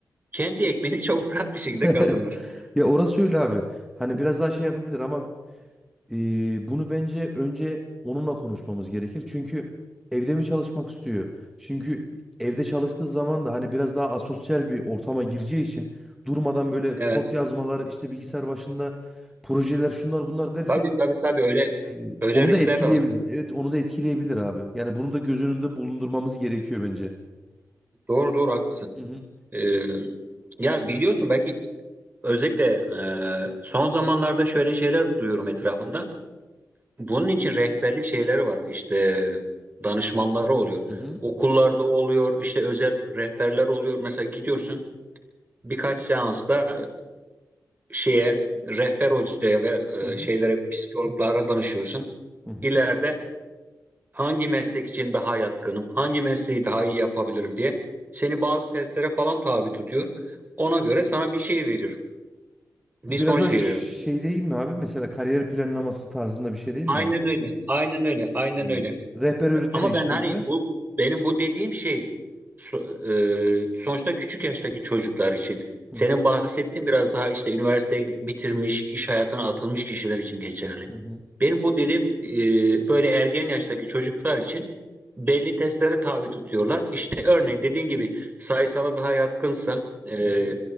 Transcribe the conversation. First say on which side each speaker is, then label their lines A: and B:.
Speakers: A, on the right (about 25°); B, in the centre.
A: kendi ekmeğini <laughs> çok rahat bir şekilde
B: <laughs>
A: kazanır.
B: Ya orası öyle abi. Hani biraz daha şey yapabilir ama Ee, bunu bence önce onunla konuşmamız gerekir. Çünkü evde mi çalışmak istiyor? Çünkü evde çalıştığı zaman da hani biraz daha asosyal bir ortama gireceği için durmadan böyle
A: Evet,
B: kod yazmalar, işte bilgisayar başında projeler, şunlar bunlar derken
A: tabii tabii tabii öyle
B: e,
A: öyle
B: onu
A: riskler
B: da etkileyebilir.
A: de var.
B: Evet, onu da etkileyebilir abi. Yani bunu da göz önünde bulundurmamız gerekiyor bence.
A: Doğru doğru haklısın.
B: Hı hı.
A: E, ya biliyorsun belki özellikle e, son zamanlarda şöyle şeyler duyuyorum etrafımda. Bunun için rehberlik şeyleri var. İşte danışmanları oluyor.
B: Hı hı.
A: Okullarda oluyor, işte özel rehberler oluyor. Mesela gidiyorsun birkaç seansta e, şeye rehber hocaya ve e,
B: Hı hı.
A: şeylere psikologlara danışıyorsun.
B: Hı hı.
A: İleride hangi meslek için daha yatkınım, hangi mesleği daha iyi yapabilirim diye seni bazı testlere falan tabi tutuyor. Ona göre sana bir şey veriyor, bir
B: Bu biraz
A: sonuç
B: da şey
A: veriyor.
B: değil mi abi? Mesela kariyer planlaması tarzında bir şey değil
A: Aynen
B: mi abi bu?
A: öyle, aynen öyle, aynen
B: Hmm.
A: öyle.
B: Rehber öğretmen
A: Ama
B: eşliğinde.
A: ben hani bu benim bu dediğim şey so- e, sonuçta küçük yaştaki çocuklar için.
B: Hı
A: Senin
B: hı,
A: bahsettiğin biraz daha işte üniversiteyi bitirmiş, iş hayatına atılmış kişiler için geçerli.
B: hı hı,
A: Benim bu dediğim e, böyle ergen yaştaki çocuklar için belli testlere tabi tutuyorlar. İşte örneğin dediğin gibi sayısala daha yatkınsa e,
B: hı hı,